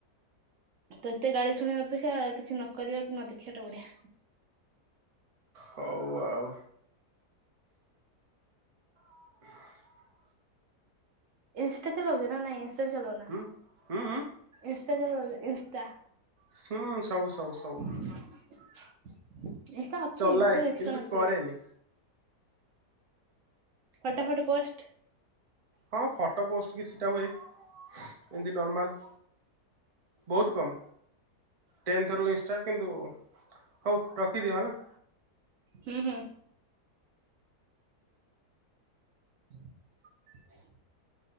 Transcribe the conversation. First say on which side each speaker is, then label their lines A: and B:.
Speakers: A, on the right; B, on the right.
A: ତ ଏତେ ଗାଳି ଶୁଣିବା ଅପେକ୍ଷା କିଛି ନ କରିବା କି ନ ଦେଖିବା ଟା ବଢିଆ।
B: ହଉ ଆଉ। <unintelligible>
A: ଇନ୍ସଟା ଚଲଉଚ ନା ନାଇଁ ଇନ୍ସଟାବି ଚଲଉନା,
B: ହୁଁ। ହୁଁ ହୁଁ
A: ଇନ୍ସଟା ଚଲଉଚ ଇନ୍ସଟା।
B: ସ୍ହୁଁ ସବୁ ସବୁ ସବୁ।
A: ଇଂଷ୍ଟା ଅଛି ମୁଁ କହିଲି
B: ଚଲାଏ
A: ଇଂଷ୍ଟା
B: କିନ୍ତୁ
A: ନଥିବ।
B: କରେନି।
A: ଫଟ ଫଟ ପୋଷ୍ଟ୍
B: ହଁ ଫଟ ପୋଷ୍ଟ କିଛିଟା ହୁଏ ଏମତି ନର୍ମାଲ୍। ବହୁତ୍ କମ୍। ଟେନ୍ଥରୁ ଇଂଷ୍ଟା କିନ୍ତୁ ହଉ ରଖିଦିଅ ହେଲା।
A: ହୁଁ ହୁଁ। <unintelligible>